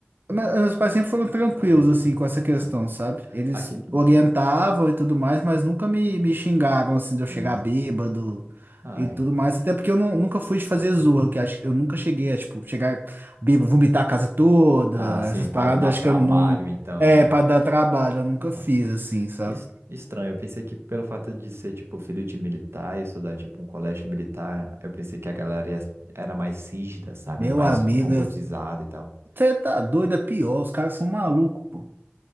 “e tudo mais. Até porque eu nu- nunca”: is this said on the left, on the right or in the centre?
Right